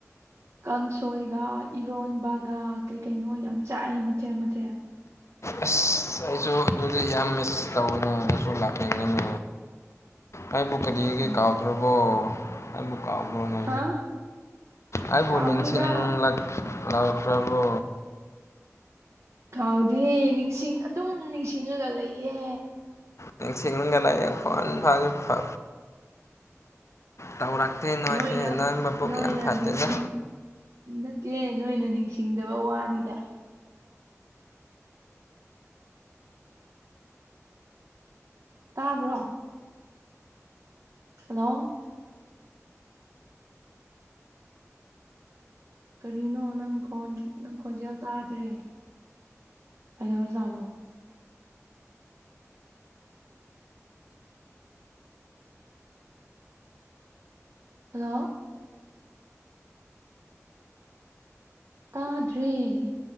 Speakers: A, on the right (about 60°); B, on the left (about 60°).
A: ꯀꯥꯡꯁꯣꯏꯒ ꯏꯔꯣꯟꯕꯒ ꯀꯩ ꯀꯩꯅꯣ ꯌꯥꯝ ꯆꯥꯛꯑꯦ ꯃꯊꯦꯜ ꯃꯊꯦꯜ
B: ꯑꯁ ꯑꯩꯁꯨ ꯑꯗꯨꯗꯤ ꯌꯥꯝ ꯃꯤꯁ ꯇꯧꯋꯅꯦ ꯑꯗꯨꯁꯨ ꯂꯥꯛꯅꯤꯡꯉꯅꯦ ꯀꯥꯏꯕꯨ ꯀꯔꯤꯒꯦ
A: ꯑꯣ
B: ꯀꯥꯎꯇꯔꯕꯣ ꯑꯩꯕꯨ ꯀꯥꯎꯕ꯭ꯔꯣꯅꯦ
A: ꯍꯥ
B: ꯑꯩꯕꯨ
A: ꯀꯥꯎꯗꯦꯗ
B: ꯅꯤꯡꯁꯤꯡꯂꯛ ꯂꯥꯛꯇꯔꯕꯣ
A: ꯀꯥꯎꯗꯦ ꯅꯤꯡꯁꯤꯡ ꯑꯗꯨꯝ ꯅꯤꯡꯁꯤꯡꯉꯒ ꯂꯩꯌꯦ
B: ꯅꯤꯡꯁꯤꯡꯉꯒ ꯂꯩꯌꯦ ꯐꯣꯟ ꯐꯥꯁꯨ ꯐ ꯇꯧꯔꯛꯇꯦ ꯅꯣꯏꯁꯦ
A: ꯅꯣꯏꯅ
B: ꯅꯣꯏ ꯃꯕꯨꯛ
A: ꯅꯣꯏꯅ
B: ꯌꯥꯝ ꯐꯠꯇꯦꯗ
A: ꯅꯤꯡꯁꯤꯡ ꯅꯠꯇꯦ ꯅꯣꯏꯅ ꯅꯤꯡꯁꯤꯡꯗꯕ ꯋꯥꯅꯤꯗ ꯇꯥꯕ꯭ꯔꯣ ꯍꯜꯂꯣ ꯀꯔꯤꯅꯣ ꯅꯪ ꯈ‌ꯣꯟ ꯅꯪ ꯈꯣꯟꯖꯦꯜ ꯇꯥꯗ꯭ꯔꯦ ꯀꯗꯧꯔ ꯖꯥꯠꯅ‌ꯣ ꯍꯜꯂꯣ ꯇꯥꯗ꯭ꯔ‌ꯦ